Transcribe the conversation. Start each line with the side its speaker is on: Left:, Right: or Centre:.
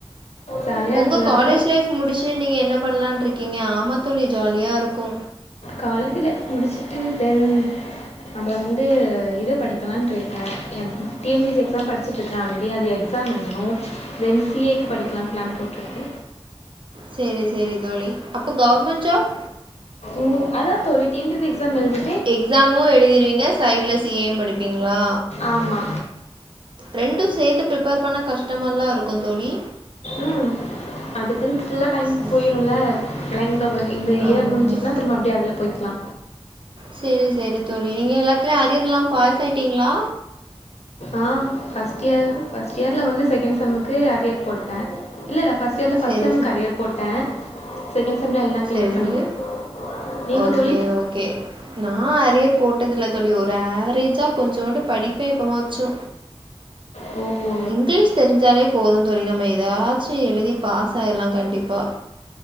Left: ஜாலியாக
Right: உங்க
Left: இருக்கும்ல
Right: காலேஜ்
Left: அப்போது
Right: லைஃப் முடிச்சு நீங்க என்ன பண்லான்ட்ருக்கிங்க ஆமா தோழி ஜாலியா இருக்கு
Left: காலேஜ் லைஃப் முடிச்சிட்டு தெ அப்பற வந்து இது படிக்கலான்ட்ருக்கே எ T N P S C exam படிச்சிட்டு ருக்க ஆல்ரெடி அது எக்ஸாம் எழுதணு தென் சி ஏக்கு படிக்கலா பிளான் போட்ருக்கு
Right: செரி செரி தோழி அப்ப கவர்மெண்ட் ஜாப்
Left: ம் அதா தோழி T N P C exam எழுதி
Right: எக்ஸாமு எழுதிருவிங்க சைட்ல சி ஏ படிப்பிங்ளா
Left: ஆமா
Right: ரெண்டு சேத்து ப்ரிப்பேர் பண்ண கஷ்டமல்லா இருக்கு தோழி
Left: ம் அதுக்குன் ஃபுல்லா டைம்
Right: சரி
Left: போயிருல்ல லைக் இந்த இந்த இயர்
Right: ஆமாம்
Left: முடிஞ்சுட்டுனா
Right: ஆமாம்
Left: திரும்ப அப்படியே அதுல போய்க்கலா
Right: செரி செரி தொழி நீங்க எல்லாத்துலயு அரியர் இல்லாம பாஸ் ஆயிட்டிங்ளா
Left: ஆ ஃபஸ்ட் இயர் ஃபஸ்ட் இயர்ல வந்து செகண்ட் செம்முக்கு அரியர் போட்டே இல்லல்ல ஃபஸ்ட் இயர்ல ஃபஸ்ட்
Right: சரி
Left: செம்க்கு
Right: சரி
Left: அரியர் போட்டே செகண்ட் செம்ல எல்லா கிளியர்
Right: சரி
Left: பண்ணிட்ட
Right: சரி
Left: நீங்க
Right: ஓகே
Left: தோழி
Right: ஓகே நா அரியர் போட்டதில்ல தோழி ஒரு ஆவரேஜா கொஞ்சோண்டு படிப்பே எப்பவாச்சு
Left: ஓ
Right: இங்கிலீஷ் தெரிஞ்சாலே போது தோழி நம்ம எதாச்சு எழுதி பாஸ் ஆயிர்லா கண்டிப்பா